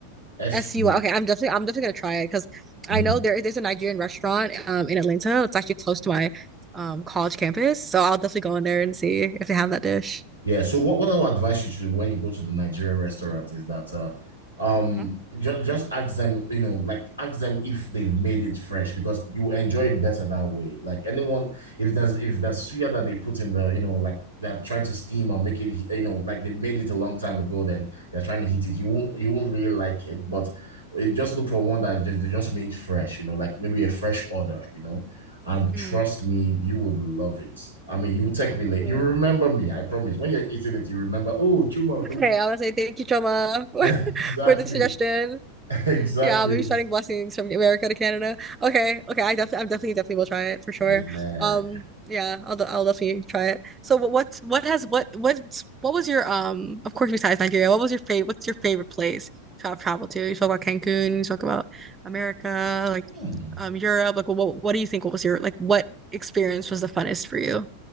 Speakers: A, on the right; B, on the right.
A: S
B: S U Y. Okay, I'm definitely I'm definitely gonna try it because
A: U.
B: I know there there's a Nigerian restaurant um in Atlanta. It's actually close to my um college campus. So I'll definitely go in there and see if they have that dish.
A: Yeah. So what, what I would advise you to do when you go to the Nigerian restaurant is that uh, um
B: Mhm.
A: just just ask them, you know, like ask them if they've made it fresh because you enjoy it better that way. Like anyone, if there's if there's suya that they put in the, you know, like they're trying to steam or make it, you know, like they made it a long time ago, then they're trying to heat it. You won't you won't really like it, but eh, just look for one that just they just made fresh, you know, like maybe a fresh order, you know. And trust
B: Mm.
A: me, you would love it. I mean, you will text me
B: Mm.
A: late. You remember me, I promise. When you're eating it, you remember, oh, Chuma. do
B: Okay, I want to say thank you, Choma,
A: <laughs>
B: <laughs> for,
A: Exactly.
B: for the suggestion.
A: <laughs> Exactly.
B: Yeah, I'll be sending
A: <laughs>
B: blessings from America to Canada. Okay, okay, I definitely, I'm definitely, definitely will try it for sure.
A: Yeah.
B: Um, yeah, I'll, de- I'll definitely try it. So, what, what, what has, what, what, what was your, um, of course, besides Nigeria, what was your favorite, what's your favorite place to have traveled to? You talk about Cancun, you talk about America, like,
A: Hmm.
B: um, Europe. Like, what, what do you think? What was your, like, what experience was the funnest for you?